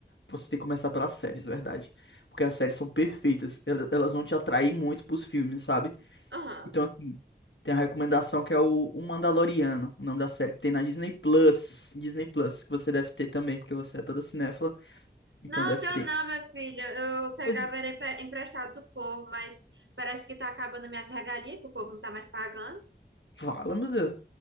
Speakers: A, on the left; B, on the right.
A: você tem que começar pelas séries, é verdade? Porque as séries são perfeitas, ela- elas vão te atrair muito pros filmes, sabe?
B: Aham.
A: Então, assim, tem a recomendação que é o, o Mandaloriano, o nome da série que tem na Disney Plus, Disney Plus, que você deve ter também, porque você é toda cinéfila, então
B: Não,
A: deve
B: teu
A: ter.
B: não, meu filho. Eu pegava
A: Pois é.
B: era empre- emprestado do povo, mas parece que tá acabando minhas regalias, que o povo não tá mais pagando.
A: Fala, meu Deus.